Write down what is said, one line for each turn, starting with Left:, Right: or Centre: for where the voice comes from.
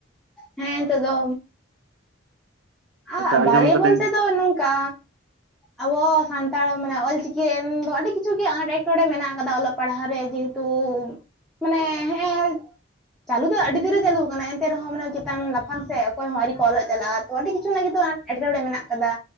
Centre: ᱦᱮᱸ ᱱᱤᱛᱚᱜ ᱫᱚ ᱟ
Right: ᱟᱪᱪᱷᱟ ᱟᱸᱡᱚᱢ
Centre: ᱵᱷᱟᱞᱮ
Right: ᱠᱟᱹᱫᱟᱹᱧ
Centre: ᱵᱚᱞᱛᱮ ᱫᱚ ᱱᱚᱝᱠᱟ ᱟᱵᱚ ᱥᱟᱱᱛᱟᱲ ᱢᱟᱱᱮ ᱚᱞᱪᱤᱠᱤ ᱨᱮᱱ ᱫᱚ ᱟᱹᱰᱤ ᱠᱤᱪᱷᱩ ᱜᱮ ᱥᱟᱱᱟᱢ ᱟᱱᱟᱴ ᱮᱴᱠᱮᱴᱚᱬᱮ ᱢᱮᱱᱟᱜ ᱟᱠᱟᱫᱟ ᱚᱞᱚᱜ ᱯᱟᱲᱦᱟᱜ ᱨᱮ ᱡᱮᱦᱮ ᱛᱚ ᱢᱟᱱᱮ ᱦᱮᱸ ᱮ ᱪᱟᱹᱞᱩ ᱫᱚ ᱟᱹᱰᱤ ᱫᱤᱱᱨᱮ ᱪᱟᱹᱞᱩ ᱟᱠᱟᱱᱟ ᱮᱱᱛᱮ ᱨᱮᱦᱚᱸ ᱢᱟᱱᱮ ᱪᱮᱛᱟᱱ ᱞᱟᱯᱷᱟᱝ ᱥᱮᱫ ᱚᱠᱚᱭ ᱦᱚᱸ ᱟᱹᱨᱤ ᱠᱚ ᱚᱞᱚᱜ ᱪᱟᱞᱟᱜᱼᱟ᱾ ᱛᱚ ᱟᱹᱰᱤ ᱠᱤ <unintelligible> ᱮᱴᱠᱮᱴᱚᱬᱮ ᱢᱮᱱᱟᱜ ᱠᱟᱫᱟ